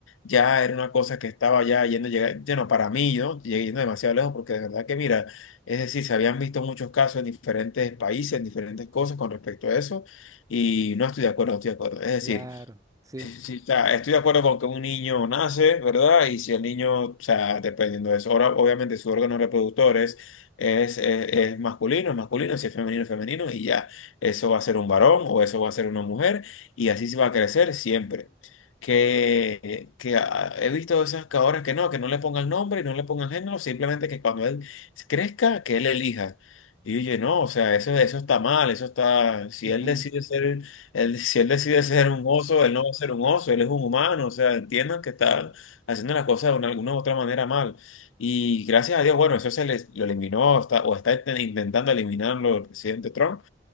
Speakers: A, on the left (about 85°); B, on the right (about 20°).
A: ya era una cosa que estaba ya yendo, llega- bueno, para mí, ¿no? Llegué Yendo demasiado lejos porque de verdad que, mira, es decir, se habían visto muchos casos en diferentes países, en diferentes cosas con respecto a eso, y no estoy de acuerdo, no estoy de acuerdo. Es decir,
B: claro, sí.
A: Sí, sí, sí. o sea estoy de acuerdo con que un niño nace, ¿verdad? Y si el niño, o sea, dependiendo de eso, ahora obviamente su órgano reproductor es, es, es, es masculino, es masculino, si es femenino, es femenino, y ya, eso va a ser un varón o eso va a ser una mujer, y así se va a crecer siempre. Que, que ah, he visto esas que ahora que no, que no le pongan nombre y no le pongan género, simplemente que cuando él crezca, que él elija. Y oye, no, o sea, eso, eso está mal, eso está, si
B: ujú,
A: él decide ser... Él, si él decide ser un oso, él no va a ser un oso, él es un humano, o sea, entiendan que está haciendo las cosas de una- alguna u otra manera mal. Y gracias a Dios, bueno, eso se les, lo eliminó está- o está inten- intentando eliminarlo el presidente Trump,